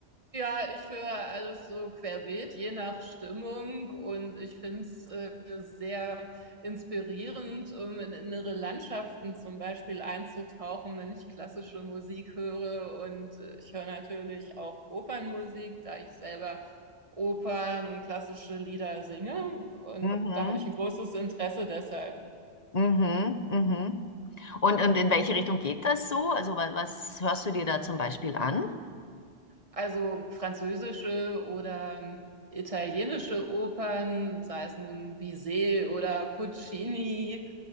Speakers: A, on the right; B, on the left.
A: Ja, ich höre alles so querbeet, je nach Stimmung und ich finde es äh, sehr inspirierend, um in innere Landschaften zum Beispiel einzutauchen, wenn ich klassische Musik höre und äh, ich höre natürlich auch Opernmusik, da ich selber Opern und klassische Lieder singe und
B: Mhm,
A: da habe ich ein großes Interesse deshalb.
B: mhm, mhm. Und, und in welche Richtung geht das so? Also, was, was hörst du dir da zum Beispiel an?
A: Also französische oder ähm, italienische Opern, sei es nun Bizet oder Puccini.